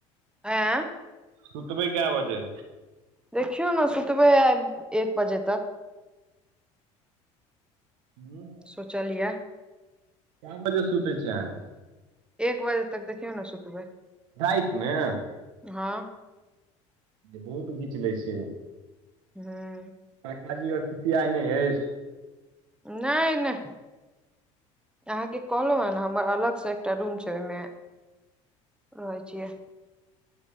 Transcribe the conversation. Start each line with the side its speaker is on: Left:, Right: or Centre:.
Centre: आँ
Right: सुतबै क‌ए बजे
Centre: देखियौ ने सुतबे आए एक बजे तक
Right: हुं
Centre: सोचलीए
Right: कए बजे सुतै छियै अहाँ
Centre: एक बजे तक देखियौ ने सुतबै
Right: राति में
Centre: हाँ
Right: बहुत घीच लै छियै
Centre: हुं
Right: काकी आर खिसीआइ नहि अछि
Centre: नहि नहि अहाँ के कहलहु हे ने हमर अलग से एकटा रूम छै ओहि में रहै छियै